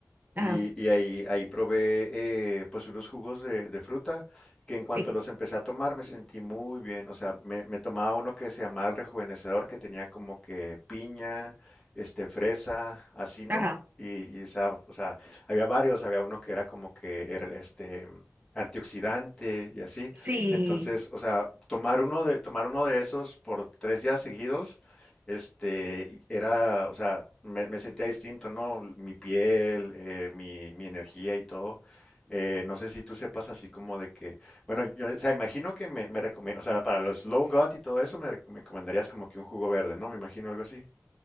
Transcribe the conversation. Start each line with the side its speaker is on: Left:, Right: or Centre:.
Right: ajá,
Left: Y, y ahí, ahí probé eh, pues unos jugos de, de fruta que en cuanto
Right: sí,
Left: los empecé a tomar me sentí muy bien. O sea, me, me tomaba uno que se llamaba el rejuvenecedor, que tenía como que piña, este, fresa, así, ¿no?
Right: ajá,
Left: Y, y sa- o sea, había varios, había uno que era como que era este antioxidante y así.
Right: sí,
Left: Entonces, o sea, tomar uno de, tomar uno de esos por tres días seguidos este, era, o sea, me, me sentía distinto, ¿no? Mi piel, eh, mi, mi energía y todo. Eh, no sé si tú sepas así como de que, bueno, yo, o sea, imagino que me, me recome- o sea, para los slow gut y todo eso me, re- me recomendarías como que un jugo verde, ¿no? Me imagino algo así.